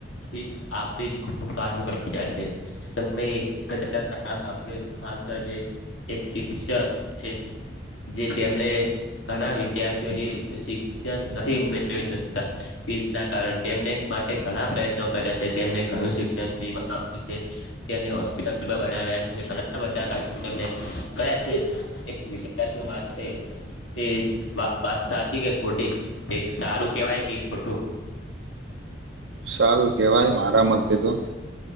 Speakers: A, on the left; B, on the right.
A: ફીસ આપવી જ ખૂબ કાઠી પડી જાય છે. તમે કદાચ નામ સાંભળ્યું હોય તો હાલ જે એક શિક્ષક છે જે તેમને ઘણા વિદ્યાર્થીઓ જે શિક્ષણ નથી મેળવી શકતા ફીઝ ના કારન તેમને માટે ઘણા પ્રયત્નો કદાચ અ તેમને ઘણું શિક્ષણ ફ્રીમાં આપ્યું છે તેમને હોસ્પિટલ પણ બનાવ્યા છે ને ઘણા બધાં <inaudible> કર્યા છે એક વિદ્યાર્થીઓ માટે તે વા વાત સાચી કે ખોટી કંઈક સારું કેવાય કે ઈ ખોટું?
B: સારું કેવાય મારા મતે તો